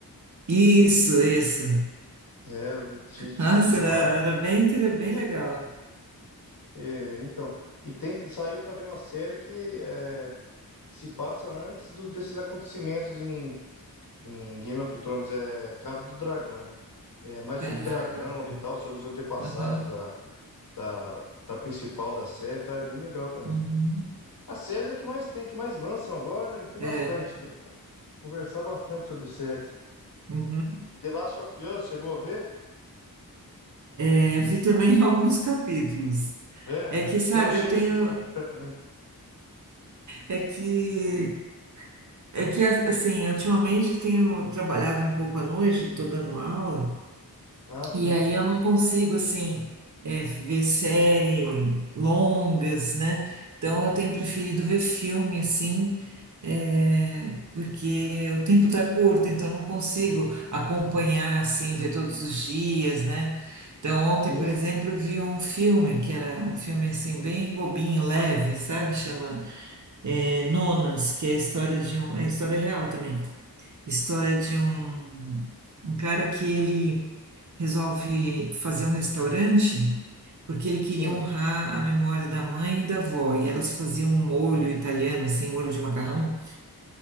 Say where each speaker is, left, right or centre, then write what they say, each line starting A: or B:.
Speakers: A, on the right; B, on the left.
A: Isso, isso.
B: É, ele é cheio de,
A: Nossa,
B: de espada.
A: era, era bem, era bem legal.
B: É, então, e tem, saiu também uma série que, é, que se passa antes do- desses acontecimentos em, Em Game of Thrones é Casa do Dragão. É mais sobre
A: Ah. é,
B: dragão e tal, sobre os antepassados
A: aham,
B: da, da, da principal da série, tá? É bem legal também.
A: uhum,
B: As séries é o que mais tem, é que mais lançam agora, né? Tem
A: é,
B: bastante. Dá pra Conversar bastante sobre séries.
A: uhum.
B: The Last of Us, chegou a ver?
A: É, vi também <laughs> alguns capítulos.
B: É.
A: É que, sabe,
B: Você não chega
A: eu tenho.
B: a assistir completamente.
A: É que, é que assim, ultimamente eu tenho trabalhado um pouco à noite, estou dando aula.
B: Ah, sim.
A: E aí eu não consigo, assim, é, ver série longas, né? Então eu tenho preferido ver filme, assim, é, porque o tempo tá curto, então eu não consigo acompanhar, assim, ver todos os dias, né? Então ontem,
B: Sim,
A: por exemplo, eu vi um filme, que era um filme, assim, bem bobinho, leve, sabe? Chama, é, Nonas, que é a história de um... É a história real também. História de um, um cara que ele resolve fazer um restaurante porque ele queria
B: sim,
A: honrar a memória da mãe e da avó. E elas faziam um molho italiano, assim, molho de macarrão.